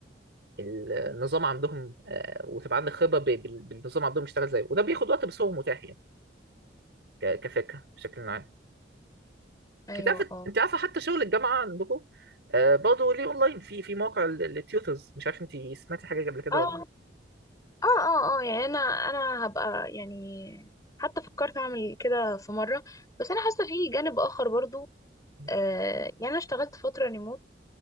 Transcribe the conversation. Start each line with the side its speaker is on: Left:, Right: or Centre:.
Right: النظام عندهم آه، وتبقى عندك خبرة ب- بال- بالنظام عندهم بيشتغل إزاي وده بياخد وقت بس هو متاح يعني ك- كفكرة بشكل عام
Left: ايوه
Right: انت عارفه
Left: اه
Right: انت عارفه حتى شغل الجامعه عندكم آه برضه ليه اونلاين في في موقع التيوترز مش عارف انت سمعتي حاجه قبل كده
Left: اه
Right: ولا
Left: اه اه اه يعني انا انا هبقى يعني حتى فكرت اعمل كده في مره بس انا حاسه في جانب اخر برضو
Right: لا.
Left: آه يعني انا اشتغلت فتره ريموت